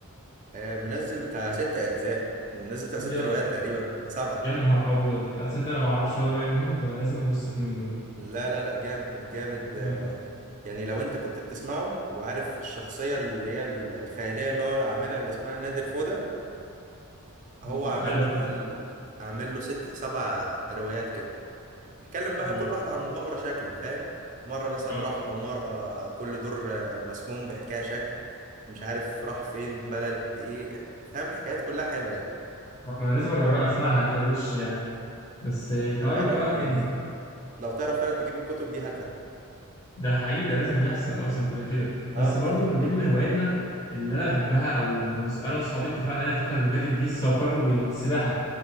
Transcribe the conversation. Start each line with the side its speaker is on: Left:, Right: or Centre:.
Right: آه، منزل بتاع ست اجزاء منزل بتاع
Left: يا
Right: ست روايات تقريبا بسبعة
Left: يا نهار ابيض اتصدق انا ما اعرفش ولا روايه منهم ده انا لازم ابص فيهم دول
Right: لا لا لا جامد جامد
Left: اه
Right: آه، يعني لو انت كنت بتسمعه وعارف الشخصية اللي هي ال- الخيالية اللي هو عاملها اللي اسمها نادر فودة
Left: مش
Right: هو عامل
Left: عارف
Right: له بقى
Left: اه
Right: ال... عامل له ست سبع روايات كده بيتكلم بقى
Left: والله.
Right: كل واحدة عن مغامرة شكل فاهم مرة مثلا
Left: اه
Right: راح عمارة كل دور آه، مسكون بحكاية شكل مش عارف راح فين بلد ايه فاهم حكايات كلها حلوة يعني
Left: ما انا لازم اجرب اسمعها دي وش يعني بس آه، تعرف
Right: لا لا
Left: بقى من
Right: يعني لو تعرف فعلا تجيب الكتب دي هاتها
Left: ده حقيقي ده لازم يحصل اصلا كده كده بس
Right: اه
Left: برضو من
Right: <laughs>
Left: ضمن هواياتنا اللي انا بحبها او بس- انا واصحابي اتفقنا عليها الفتره اللي فاتت دي السفر والسباحه